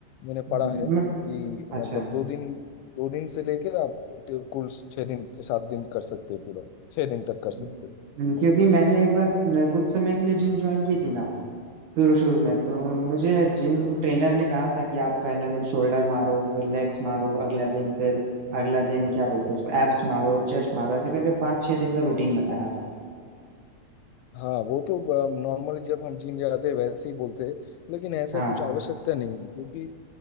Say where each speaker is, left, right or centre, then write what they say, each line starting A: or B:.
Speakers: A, on the left; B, on the right.
A: मैंने
B: हम्म,
A: पढ़ा है कि
B: मैं,
A: मतलब
B: अच्छा
A: दो दिन दो दिन से लेकर आप टे- कुल छह दिन सात दिन कर सकते हैं पूरा छह दिन तक कर
B: हम्म,
A: सकते हैं
B: क्योंकि मैंने एक बार न, कुछ समय के लिए जिम ज्वाइन की थी ना शुरू शुरू में तो मुझे जिम ट्रेनर ने कहा था कि आप पहला दिन शोल्डर मारो फिर लेग्स मारो अगला दिन फिर अगला दिन क्या बोलते हैं उसको एब्स मारो चेस्ट मारो ऐसे करके पाँच छह दिन का रूटीन बताया था
A: हाँ वो तो नॉर्मली जब हम जिम जाते हैं वैसे ही बोलते हैं लेकिन ऐसा
B: हाँ
A: कुछ आवश्यकता नहीं है क्योंकि